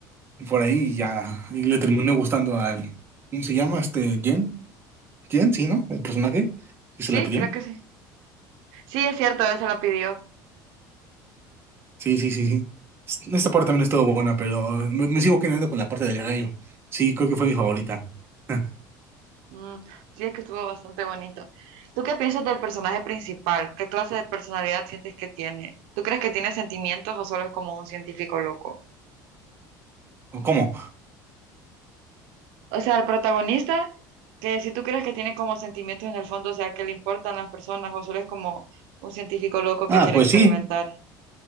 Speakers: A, on the right; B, on the right.
A: ahí y ya, y le terminó gustando al, ¿cómo se llama? Este, Jen, Jen, sí, ¿no? El personaje que
B: Sí,
A: se la pidió.
B: creo que sí. Sí, es cierto, él se la pidió.
A: Sí, sí, sí, sí. Esta parte también estuvo buena, pero me, me sigo quedando con la parte del rayo. Sí, creo que fue mi favorita. <laughs>
B: Mm, sí, es que estuvo bastante bonito. ¿Tú qué piensas del personaje principal? ¿Qué clase de personalidad sientes que tiene? ¿Tú crees que tiene sentimientos o solo es como un científico loco?
A: ¿Cómo?
B: O sea, el protagonista, que si tú crees que tiene como sentimientos en el fondo, o sea, que le importan las personas o solo es como un científico loco
A: Ah,
B: que quiere
A: pues
B: experimentar.
A: sí.